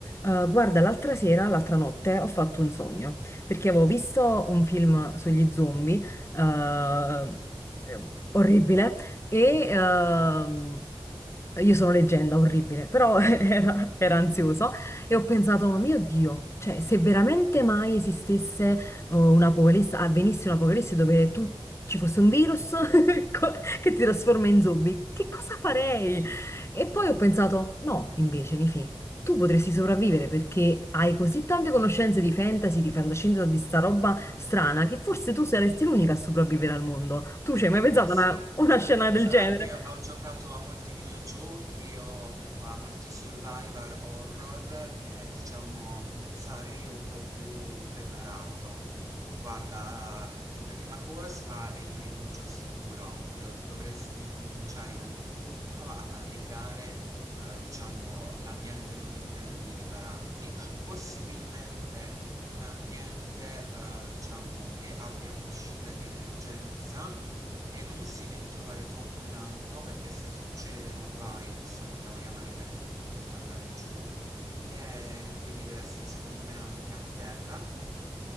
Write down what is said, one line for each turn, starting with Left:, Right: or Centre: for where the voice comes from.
Left: Eh, guarda, l'altra sera, l'altra notte, ho fatto un sogno, perché avevo visto un film sugli zombie, eh, eh, orribile, e ehm, io sono leggenda, orribile, però <laughs> era, era ansioso e ho pensato, ma mio Dio, cioè se veramente mai esistesse oh, un'apocalisse, avvenisse un'apocalisse dove tu ci fosse un virus <laughs> co- che ti trasforma in zombie, che cosa farei? E poi ho pensato, no, invece, Nifì. Tu potresti sopravvivere perché hai così tante conoscenze di fantasy, di fantascienza, di sta roba strana che forse tu saresti l'unica a sopravvivere al mondo. Tu ci hai mai pensato
Right: Eh sì,
Left: a una, una scena del
Right: sarà
Left: genere?
Right: che ho giocato a molti videogiochi o a molti survivor horror che diciamo sarei un po' più preparato. Guarda, come prima cosa è il rifugio sicuro. De- dovresti cominciare innanzitutto a barricare eh, diciamo l'ambiente dove intendi ripararti. possibilmente un ambiente, eh, diciamo, che abbia un'uscita di emergenza e non si deve trovare troppo in alto perché se succedono guai sono cavoli amari per ritornare giù. E quindi deve essere secondo me a un piano terra